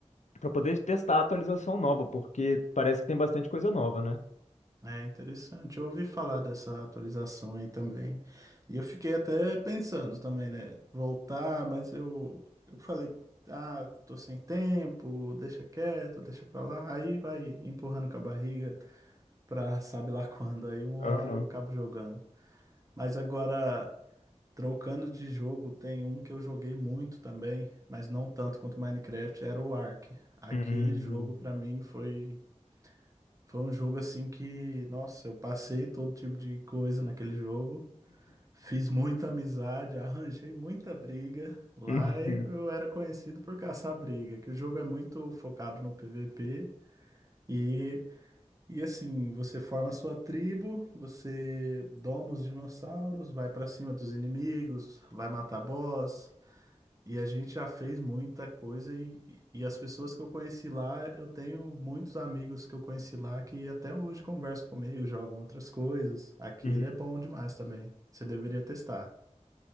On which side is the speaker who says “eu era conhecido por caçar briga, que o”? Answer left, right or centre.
Right